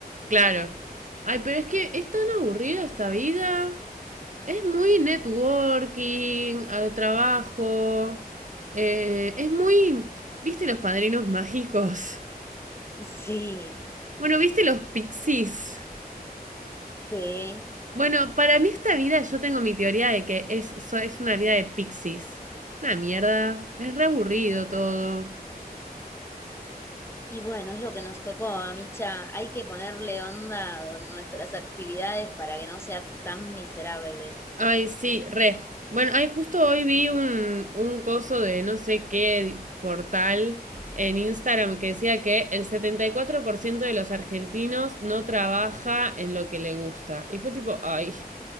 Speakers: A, on the right; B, on the left.
A: Claro. Ay, pero es que es tan aburrida esta vida. Es muy networking, al trabajo. eh, es muy... ¿Viste los padrinos <laughs> mágicos?
B: Sí,
A: Bueno, ¿viste los pixies?
B: sí.
A: Bueno, para mí esta vida, yo tengo mi teoría de que es, so- es una vida de pixies. Una mierda, es re aburrido todo.
B: Y bueno, es lo que nos tocó, Micha. Hay que ponerle onda con nuestras actividades para que no sea tan miserable.
A: Ay, sí, re. Bueno, ay, justo hoy vi un, un coso de no sé qué portal en Instagram que decía que el 74% de los argentinos no trabaja en lo que le gusta. Y fue tipo, ay,